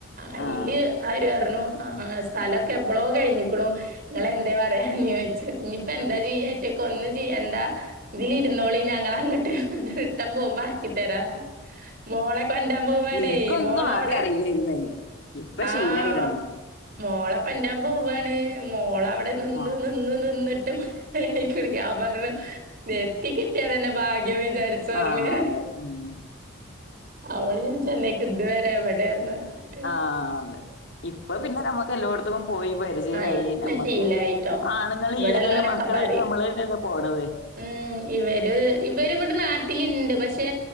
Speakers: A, on the right (about 45°); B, on the left (about 55°).
A: അയില്
B: ആഹ് അതെ
A: അവര് പറഞ്ഞു ആ ആ സ്ഥലമൊക്കെ എപ്പളോ കഴിഞ്ഞിക്കണു നിങ്ങൾ എന്തേ പറയാഞേന്ന് ചോദിച്ചു ഇനിയിപ്പോ
B: അതെ
A: എന്താ ചെയ്യാക്ക ഒന്നും ചെയ്യണ്ട ഇതിൽ ഇരുന്നോളി ഞങ്ങൾ അങ്ങോട്ട് പോകമ്പോ ഇറക്കി തരാ മോളെ കൊണ്ട് പോകാനേ
B: എനിക്കൊന്നും
A: മോളവിടെ-
B: ആദ്യം അറിയില്ലായിരുന്നേ ഇപ്പൊ
A: ആ
B: ഷീലയതാണ്
A: മോളെ കൊണ്ടൻ പോവാണ് മോള് അവിടെ നിന്ന്
B: ആഹ്
A: നിന്ന് നിന്നിട്ട് ടു ഞാൻ പറഞ്ഞു നിർത്തി കിട്ടിയ തന്നെ ഭാഗ്യം ന്ന് ന്ന് വിചാരിച്ച് പറഞ്ഞ്
B: ആഹ്
A: ഞാൻ
B: അതെ ഉം
A: അവള് ഞാൻ ചെന്നൈക്ക് ഇതുവരെ എവിടെയാന്ന് പറഞ്ഞിട്ട്
B: ആ അതെ ഇപ്പൊ പിന്നെ നമുക്ക് എല്ലായിടത്തെക്കും പോയി പരിചയമായി
A: ആ ഇപ്പൊ പിന്നെ
B: നമ്മുക്ക്
A: ശീലായിട്ടോ
B: ആണുങ്ങൾ
A: ഇവിടെ
B: ഇല്ലെങ്കിലും
A: ഉള്ളവരൊക്കെ
B: മക്കളെറ്റ്
A: പറയും
B: നമ്മള് തന്നെങ്ങ് പോണത്
A: ഉം ഇവര് ഇവര് ഇവിടെ നാട്ടിലുണ്ട് പക്ഷെ